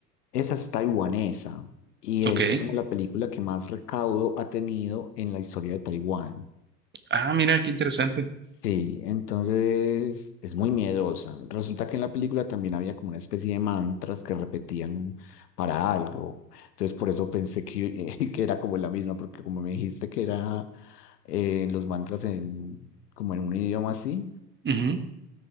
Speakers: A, on the left (about 75°); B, on the right (about 20°).
A: Esa es taiwanesa y
B: ok.
A: es como la película que más recaudo ha tenido en la historia de Taiwán.
B: Ah, mira, qué interesante.
A: Sí, entonces es muy miedosa. Resulta que en la película también había como una especie de mantras que repetían para algo. Entonces por eso pensé que, <laughs> que era como la misma, porque como me dijiste que era eh, los mantras en, como en un idioma así,
B: Ujú.